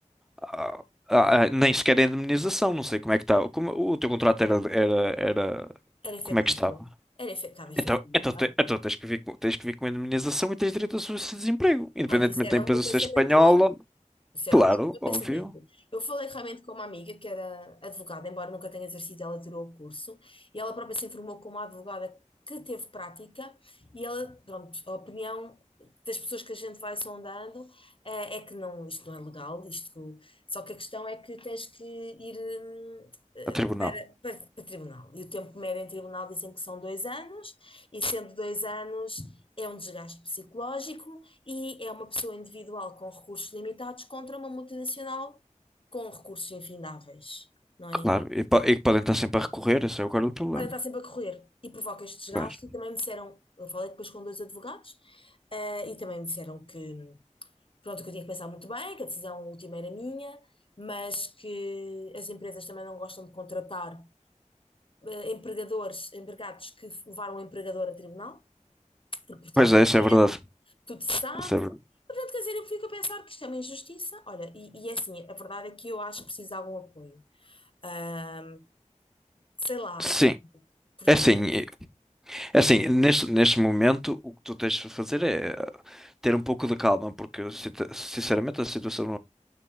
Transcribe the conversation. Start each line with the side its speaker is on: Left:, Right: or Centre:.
Centre: à- à- à- nem sequer a indemnização, não sei como é que está. Como, o teu contrato era, era, era,
Left: era efetivo,
Centre: como é que estava?
Left: era efe- estava efetiva.
Centre: Então, então, te- então tens que vir com, tens que vir com a indemnização e tens direito a subsídio de desemprego, independentemente
Left: Pronto, isso era
Centre: da empresa
Left: o meu pensamento
Centre: ser espanhola
Left: logo. Isso era
Centre: Claro,
Left: logo o meu pensamento.
Centre: óbvio.
Left: Eu falei realmente com uma amiga que era advogada, embora nunca tenha exercido, ela tirou o curso e ela própria se informou como advogada que teve prática e ela, pronto, a opinião das pessoas que a gente vai sondando eh, é que não, isto não é legal, isto que- só que a questão é que tens que ir hum, eh,
Centre: A tribunal,
Left: para, para tribunal. E o tempo médio em tribunal dizem que são dois anos, e sendo dois anos é um desgaste psicológico e é uma pessoa individual com recursos limitados contra uma multinacional com recursos infindáveis, não é?
Centre: claro. E, po- e que podem estar sempre a recorrer, esse é o caro do problema.
Left: Podem estar sempre a correr e provoca este desgaste.
Centre: Pois.
Left: E também me disseram, eu falei depois com dois advogados, eh, e também me disseram que, pronto, que eu tinha que pensar muito bem, que a decisão última era minha, mas que as empresas também não gostam de contratar eh, empregadores, empregados que levaram o empregador a tribunal, porque Portugal
Centre: Pois é,
Left: não
Centre: isso
Left: pede
Centre: é verdade.
Left: tudo se sabe.
Centre: Isso é verdade.
Left: Portanto, quer dizer, eu fico a pensar que isto é uma injustiça. Olha, e, e é assim, a verdade é que eu acho que precisa de algum apoio. Ahm, sei lá,
Centre: Sim.
Left: porque
Centre: É assim, e- é assim, neste, neste momento o que tu tens de fazer é eh, ter um pouco de calma, porque sinta- sinceramente a situação